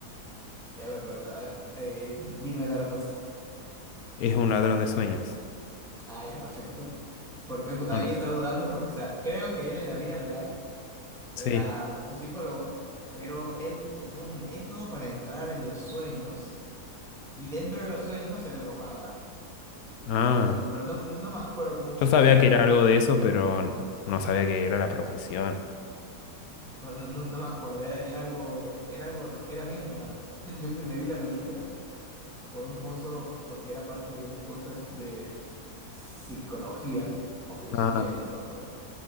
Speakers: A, in the centre; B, on the left.
A: Eh, A ver, pero a ver, eh, dime la respuesta.
B: es un ladrón de sueños.
A: Ah, ya, perfecto. Porque eh,
B: ¿O
A: ahí
B: no?
A: está dudando porque, o sea, creo que él en la vida real
B: Sí.
A: era un psicólogo, pero él tenía un método para entrar en los sueños y dentro de los sueños él robaba.
B: Ah,
A: Eh, pero no, no, no me acuerdo cómo funcionaba.
B: Yo sabía que era algo de eso, pero no sabía que era la profesión.
A: pero No, no- no me acuerdo, era, era algo, era algo, r- era bien raro. <laughs> Yo me vi la película por un curso, porque era parte de un curso de, de psicología o filosofía,
B: ah.
A: ya no me acuerdo.